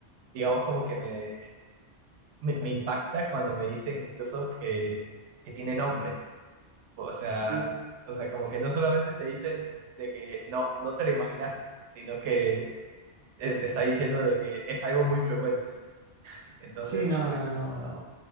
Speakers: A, on the right; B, on the right.
A: digamos como que me, me, me impacta cuando me dicen incluso que, que tiene nombre. O sea,
B: Mm.
A: o sea, como que no solamente te dicen de que no, no te lo imaginaste, sino que eh, te está diciendo de que es algo muy frecuente. Entonces,
B: Sí, no,
A: pues,
B: no, no, no.